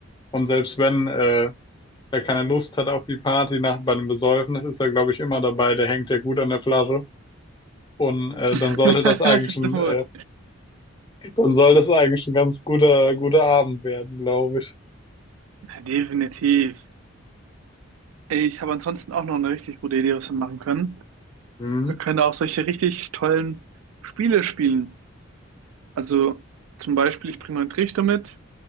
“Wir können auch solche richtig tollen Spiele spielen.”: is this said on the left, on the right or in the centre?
Right